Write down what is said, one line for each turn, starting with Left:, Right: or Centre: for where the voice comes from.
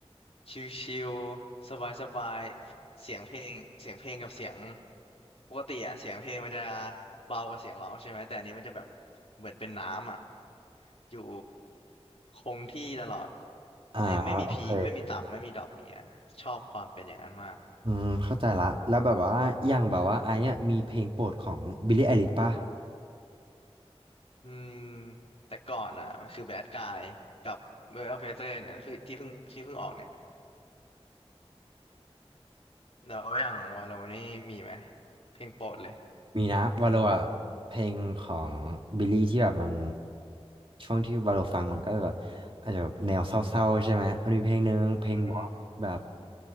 Left: ชิลๆสบายๆเสียงเพลงเสียงเพลงกับเสียงปกติอะเสียงเพลงมันจะเบากว่าเสียงร้องใช่ไหมแต่อันนี้มันจะแบบเหมือนเป็นน้ำอะอยู่คงที่ตลอด
Right: อ่าโอเค
Left: ไม่ไม่มีพีคไม่มีต่ำไม่มีดรอปอย่างเงี้ยชอบความเป็นอย่างนั้นมาก
Right: อืมเข้าใจละแล้วแบบว่าอย่างแบบว่าไอ้เนี่ยมีเพลงโปรดของบิลลี่ไอริชป่ะ
Left: อืมแต่ก่อนอ่ะคือแบดกายกับเวอร์เฟเตอร์เนี่ยคือที่เพิ่งที่เพิ่งออกเนี่ยแล้วอย่างวาโลนี่มีไหมเพลงโปรดเลย
Right: มีนะวาโลอ่ะเพลงของบิลลี่ที่แบบมันช่วงที่วาโลฟังมันก็แบบอาจจะแบบแนวเศร้าๆใช่ไหมมันมีเพลงหนึ่งเพลงบอกแบบ
Left: อือหือ